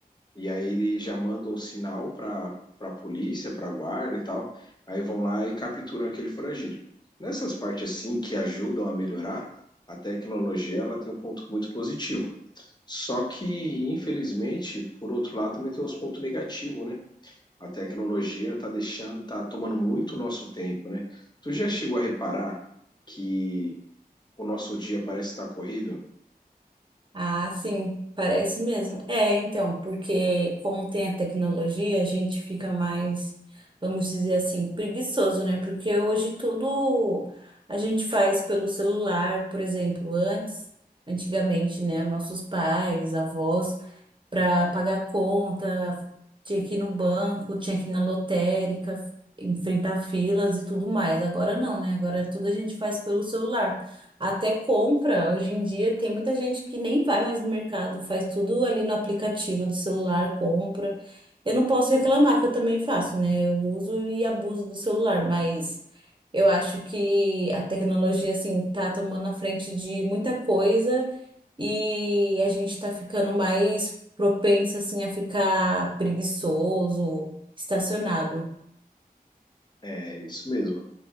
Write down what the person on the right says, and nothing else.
Ah, sim, parece mesmo. É, então, porque como tem a tecnologia, a gente fica mais, vamos dizer assim, preguiçoso, né? Porque hoje tudo a gente faz pelo celular, por exemplo, antes, antigamente, né? Nossos pais, avós para pagar conta, tinha que ir no banco, tinha que ir na lotérica, enfrentar filas e tudo mais. Agora não, né? Agora tudo a gente faz pelo celular. Até compra, hoje em dia tem muita gente que nem vai mais no mercado, faz tudo ali no aplicativo do celular, compra. Eu não posso reclamar que eu também faço, né? Eu uso e abuso do celular, mas eu acho que a tecnologia assim tá tomando a frente de muita coisa e a gente está ficando mais propenso assim a ficar preguiçoso, estacionado.